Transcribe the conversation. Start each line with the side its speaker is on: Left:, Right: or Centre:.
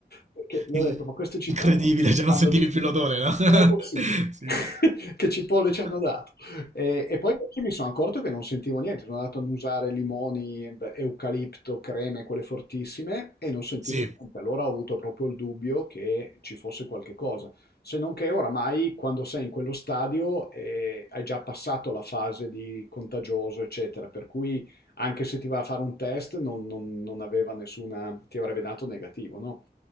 Left: Perché le
Right: in-
Left: ho detto, ma queste cipolle
Right: incredibile,
Left: non, non
Right: cioè
Left: sanno
Right: non sentivi
Left: di
Right: più
Left: niente.
Right: l'odore, no? <laughs>
Left: Com'è possibile?
Right: Sì.
Left: <laughs> Che cipolle
Right: <laughs>
Left: ci hanno dato? E, e poi invece mi sono accorto che non sentivo niente, sono andato ad usare limoni, beh, eucalipto, creme, quelle fortissime, e non sentivo
Right: Sì,
Left: niente. Allora ho avuto proprio il dubbio che ci fosse qualche cosa. Se non che oramai, quando sei in quello stadio, eh, hai già passato la fase di contagioso, eccetera, per cui anche se ti va a fare un test non, non- non aveva nessuna, ti avrebbe dato negativo, no?